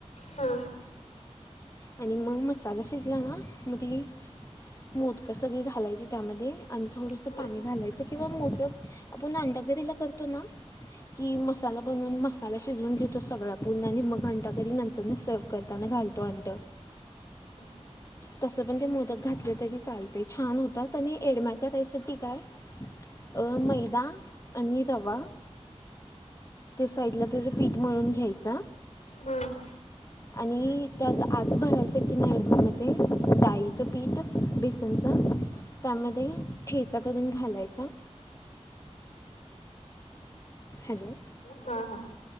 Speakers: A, on the left; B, on the left.
A: हा.
B: आणि म मसाला शिजला ना मग ती मोदकं सगळे घालायचे त्यामध्ये, आणि थोडसं
A: हां
B: पाणी घालायचं किंवा मोदकं आपण अंडागरीला करतो. त, ना की मसाला बनवून मसाला शिजवून घेतो सगळा पूर्ण आणि अंडागरी नंतर सव्ह करताना घालतो अंड.
A: <unintelligible>
B: तस पण ते मोदक घातले तरी चालतय, छान होतात आणि एडमॅक रेसेपी काय अ, मैदा आणि रवा. ते साईडला त्याचं पीठ मिळून घ्यायच.
A: हां हां हां
B: आणि, त्यात आत भरायसाठी नाही म, ते डाळीचं पीठ बेसनचं. त्यामध्ये ठेचा करून घालायचा. हॅलो
A: हा, हा.